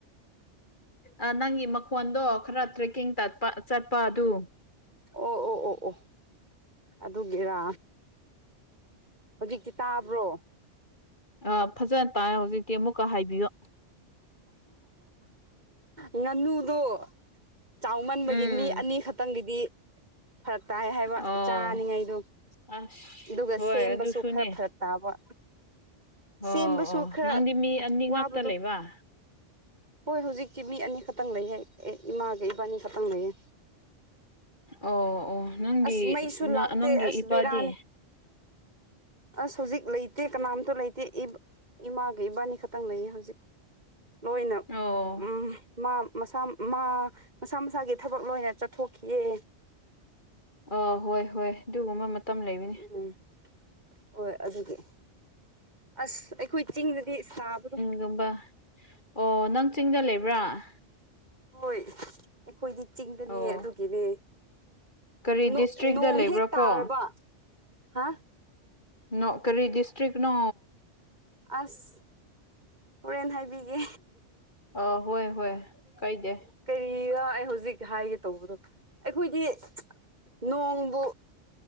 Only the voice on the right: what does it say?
ꯑꯣ ꯑꯣ ꯑꯣ ꯑꯣ ꯑꯗꯨꯒꯤꯔꯥ ꯍꯧꯖꯤꯛꯇꯤ ꯇꯥꯕ꯭ꯔꯣ
ꯉꯥꯅꯨꯗꯣ ꯆꯥꯎꯃꯟꯕꯒꯤ
ꯃꯤ ꯑꯅꯤ ꯈꯠꯇꯪꯒꯤꯗꯤ ꯐꯔꯛ ꯇꯥꯏ ꯍꯥꯏꯕ
ꯆꯥꯅꯤꯡꯉꯥꯏꯗꯨ
ꯑꯗꯨꯒ
ꯁꯦꯝꯕꯁꯨ
ꯈꯔ ꯐꯔꯛ ꯇꯥꯕ
ꯁꯦꯝꯕꯁꯨ
ꯈꯔ
ꯋꯥꯕꯗꯨ
ꯍꯣꯏ ꯍꯨꯖꯤꯛꯇꯤ ꯃꯤ ꯑꯅꯤꯈꯠꯇꯪ ꯂꯩꯍꯦ ꯑꯦ ꯏꯃꯥꯒ ꯏꯕꯥꯅꯤ ꯈꯠꯇꯪ ꯂꯩꯌꯦ
ꯑꯁ ꯃꯩꯁꯨ
ꯂꯥꯛꯇꯦ
ꯑꯁ
ꯕꯦꯔꯥꯅꯤ ꯑꯁ ꯍꯧꯖꯤꯛ ꯂꯩꯇꯦ ꯀꯅꯥꯝꯇ ꯂꯩꯇꯦ ꯏꯕ ꯏꯃꯥꯒ ꯏꯕꯥꯅꯤ ꯈꯠꯇꯪ ꯂꯩꯌꯦ ꯍꯧꯖꯤꯛ ꯂꯣꯏꯅ
ꯎꯝ ꯃꯥ ꯃꯁꯥ ꯃꯥ ꯃꯁꯥ ꯃꯁꯥꯒꯤ ꯊꯕꯛ ꯂꯣꯏꯅ ꯆꯠꯊꯣꯛꯈꯤꯑꯦ
ꯎꯝ ꯍꯣꯏ ꯑꯗꯨꯗꯤ ꯑꯁ ꯑꯩꯈꯣꯏ ꯆꯤꯡꯗꯗꯤ ꯁꯥꯕꯗꯣ
ꯍꯣꯏ ꯑꯩꯈꯣꯏꯗꯤ ꯆꯤꯡꯗꯅꯦ
ꯑꯗꯨꯒꯤꯅꯦ
ꯅꯣ ꯅꯣꯡ
ꯍꯦꯛ
ꯇꯥꯔꯕ ꯍꯥ
ꯑꯁ ꯍꯣꯔꯦꯟ ꯍꯥꯏꯕꯤꯒꯦ
ꯀꯔꯤꯕ ꯑꯩ ꯍꯧꯖꯤꯛ ꯍꯥꯏꯒꯦ ꯇꯧꯕꯗꯣ ꯑꯩꯈꯣꯏꯗꯤ ꯅꯣꯡꯕꯨ